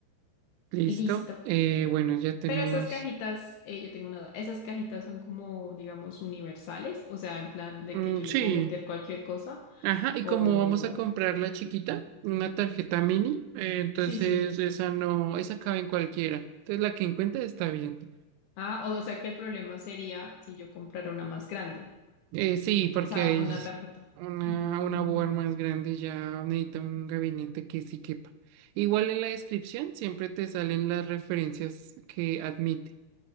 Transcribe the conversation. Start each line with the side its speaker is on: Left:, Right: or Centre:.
Right: Listo.
Left: listo.
Right: Eh, bueno, ya tenemos.
Left: Pero esas cajitas, eh, yo tengo una duda. Esas cajitas son como, digamos, universales, o sea, en plan de
Right: mm,
Left: que yo
Right: sí.
Left: le puedo meter cualquier cosa.
Right: Ajá, y
Left: O...
Right: como vamos a comprar la chiquita, una tarjeta mini, eh, entonces
Left: Sí, sí.
Right: esa no, esa cabe en cualquiera. Entonces la que encuentre está bien.
Left: Ah, o sea que el problema sería si yo comprara una más grande.
Right: Eh, sí, porque
Left: O sea,
Right: hay
Left: una tarjeta.
Right: una,
Left: Mm.
Right: una board más grande y ya necesita un gabinete que sí quepa. Igual en la descripción siempre te salen las referencias que admite.